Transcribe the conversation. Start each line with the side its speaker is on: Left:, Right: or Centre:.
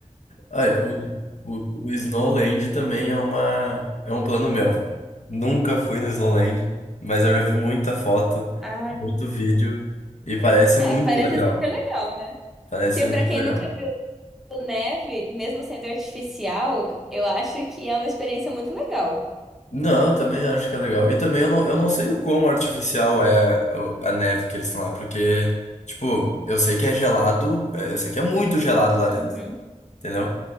Left: Olha, o, o, o Snowland também é uma, é um plano meu. Nunca fui no Snowland, mas eu já vi muita foto,
Centre: Ah,
Left: muito vídeo, e parece muito
Centre: é, parece
Left: legal.
Centre: super legal, né?
Left: Parece
Centre: Tipo,
Left: muito
Centre: pra quem
Left: legal.
Centre: nunca O neve, mesmo sendo artificial, eu acho que é uma experiência muito legal.
Left: Não, eu também acho que é legal. E também eu não, eu não sei o quão artificial é o- a neve que eles estão lá, porque, tipo, eu sei que é gelado, é, eu sei que é muito gelado lá dentro,
Centre: Uhum.
Left: entendeu?